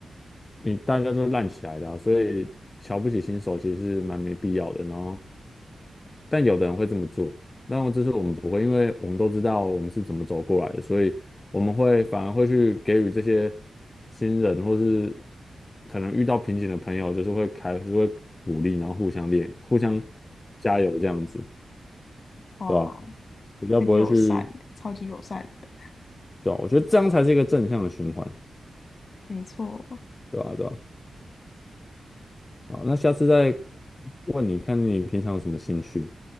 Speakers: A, on the left (about 30°); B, on the left (about 55°).
A: 你大家都烂起来的啊所以瞧不起新手其实是蛮没必要的。然后，但有的人会这么做，但我这是我们不会，因为我们都知道我们是怎么走过来的，所以我们会反而会去给予这些新人或是可能遇到瓶颈的朋友，就是会还是会鼓励，然后互相练、互相加油这样子，
B: 哇，
A: 对吧？比较不会去，
B: 很友善的，超级友善的，
A: 对吧？我觉得这样才是一个正向的循环，
B: 没错。
A: 对吧？对吧？好，那下次再问你看你平常有什么兴趣。